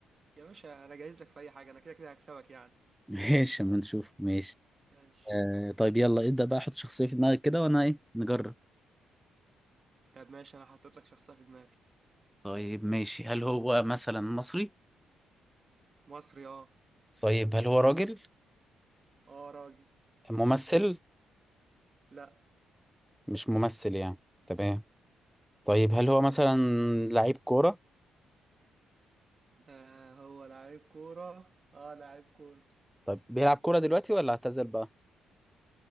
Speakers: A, on the right; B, in the centre.
A: يا باشا انا جاهز لك في اي حاجه انا كده كده هكسبك يعني
B: <laughs> ماشي اما نشوف ماشي
A: ماشي
B: آه طيب يلا ابدا بقى حط شخصيه في دماغك كده وانا ايه نجرب
A: طب ماشي انا حطيت لك شخصية في دماغي
B: طيب ماشي هل هو مثلا مصري؟
A: مصري اه
B: طيب هل هو راجل؟
A: اه راجل
B: ممثل؟
A: لا
B: مش ممثل يعني تمام طيب هل هو مثلا لعيب كورة؟
A: آه هو لعيب كورة اه لعيب كورة
B: طيب بيلعب كورة دلوقتي ولا اعتزل بقى؟